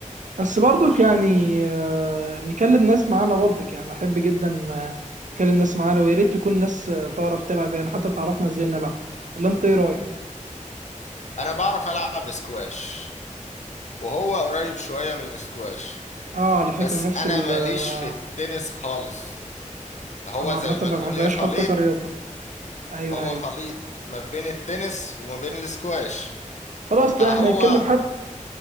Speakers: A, on the right; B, on the left.
A: بس برضك
B: ماشي.
A: يعني آه، نكلم ناس معانا برضك يعني احب جدا آه، تكلم ناس معانا ويا ريت تكون ناس آه، تعرف تلعب يعني حتى تعرفنا ازاي نلعب ولا انت ايه رايك
B: انا بعرف العب سكواش وهو قريب شوية من السكواش
A: اه على فكره
B: بس
A: نفس
B: انا
A: ال
B: ماليش
A: آه،
B: في التنس خالص هو
A: انا
B: زي
A: عامه
B: ما
A: ما
B: تقول
A: بحبهاش
B: ايه خليط
A: حتى كرياضه ايوه
B: هو
A: ايوه
B: خليط ما بين التنس وما بين الاسكواش
A: خلاص
B: فهو
A: لا احنا هنكلم حد